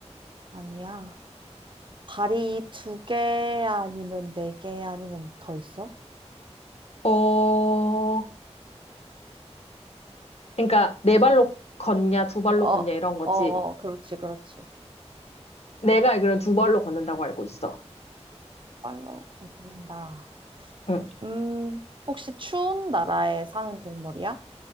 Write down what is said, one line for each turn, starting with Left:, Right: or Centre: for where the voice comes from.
Right: 아니야. 발이 두 개 아니면 네 개 아니면 더 있어?
Left: 어, 그러니까 네 발로 걷냐, 두 발로
Right: 어,
Left: 걷냐
Right: 어,
Left: 이런 거지.
Right: 어, 그렇지, 그렇지.
Left: 내가 알기로는 두 발로 걷는다고 알고 있어.
Right: 빨로 걷는다.
Left: 응.
Right: 음, 혹시 추운 나라에 사는 동물이야?